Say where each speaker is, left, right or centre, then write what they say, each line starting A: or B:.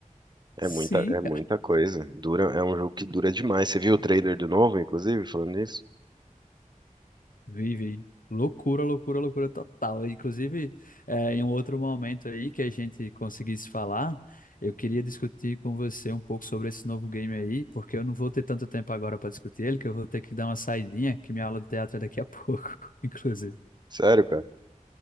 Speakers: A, on the right (about 30°); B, on the left (about 75°).
A: É
B: Sim,
A: muita, é muita coisa. Dura, é um jogo que dura demais. Você viu o trailer do novo, inclusive, falando nisso?
B: Vive. Loucura, loucura, loucura total. Inclusive, eh, em um outro momento aí que a gente conseguisse falar, eu queria discutir com você um pouco sobre esse novo game aí, porque eu não vou ter tanto tempo agora para discutir ele, que eu vou ter que dar uma saidinha, que minha aula de teatro é daqui a <laughs> pouco, inclusive.
A: Sério, cara?